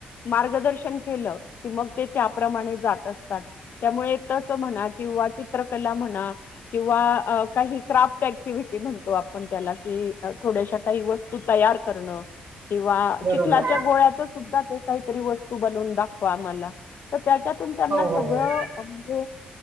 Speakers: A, on the left; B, on the right.
A: मार्गदर्शन केलं की मग ते त्याप्रमाणे. जात असतात त्यामुळे तसं म्हणा किंवा चित्रकला म्हणा किवा आ काही. क्राफ्ट ऍक्टिव्हटी त्याला म्हणतो आपण त्याला कि, थोड्याशा काही वस्तू तयार करण. किंवा
B: बरोबर.
A: चिखलाच्या गोळ्याच सुद्धा ते काहीतरी वस्तू बनवून दाखवतात. का म्हणला त्याच्यातून त्यांना
B: हो,
A: सगळ
B: हो, हो.
A: <unintelligible> म्हणजे